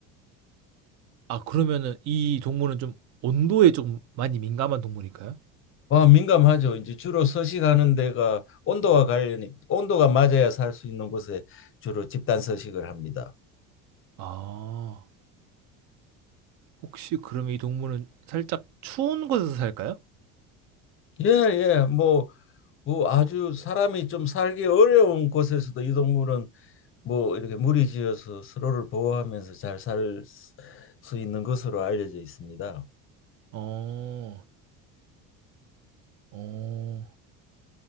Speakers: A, on the right; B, on the left.
A: 아 그러면은 이 동물은 좀 온도에 좀 많이 민감한 동물일까요?
B: 와, 민감하죠. 이제 주로 서식하는 데가 온도와 관련이, 온도가 맞아야 살 수 있는 곳에 주로 집단 서식을 합니다.
A: 아. 혹시 그러면 이 동물은 살짝 추운 곳에서 살까요?
B: 예, 예. 뭐, 뭐 아주 사람이 좀 살기 어려운 곳에서도 이 동물은 뭐 이렇게 무리지어서 서로를 보호하면서 잘 살 수 있는 것으로 알려져 있습니다.
A: 어, 어,